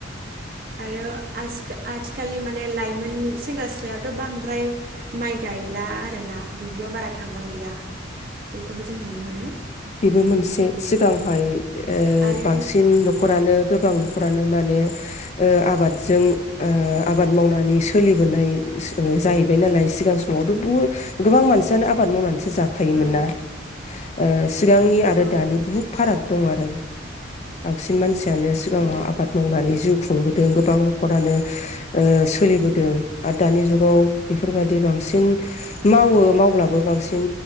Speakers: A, on the right (about 50°); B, on the left (about 35°).
A: आरो आजिखा-आजि आथिखालनि माने लाइमोन सेंग्रा सिख्लायाथ' बांद्राय माइ गायला आरोना दुब्लियाव बारा थांबांलिया बेखौबो जों नुनो मोनो
B: बेबो मोनसे सिगांहाय ओ
A: आरो
B: बांसिन न'खरानो गोबां न'खरानो माने आबादजों ओ आबाद मावनानै सोलिबोनाय जाहैबाय नालाय सिगां समावथ' बहु गोबां मानसियानो आबाद मावनानैसो जाखायोमोन
A: औ
B: ना ओ सिगांनि आरो
A: औ
B: दानि बुहुद फाराग दं आरो बांसिन मानसियानो सिगाङाव
A: औ
B: आबाद मावनानै जिउ खुंबोदों गोबां न'खरानो ओ सोलिबोदों आरो दानि जुगाव बेफोरबायदि बांसिन मावो
A: उम
B: मावब्लाबो बांसिन